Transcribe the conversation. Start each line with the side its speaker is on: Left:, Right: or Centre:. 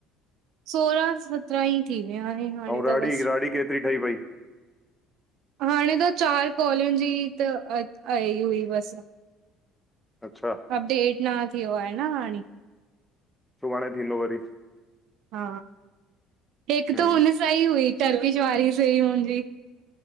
Right: सोलहां सत्रहां ही थी विया आहिन हाणे
Centre: ऐं
Right: त
Centre: राड़ी
Right: बसि।
Centre: राड़ी केतिरी ठही पई
Right: हाणे त चार कॉलन जी ही त आई हुई बसि।
Centre: अच्छा
Right: अपडेट ना थियो आहे न हाणे
Centre: सुभाणे थींदो वरी
Right: हा हिकु
Centre: हम्म,
Right: त हुन सां ही हुई टरविश वारी से ही हुन जी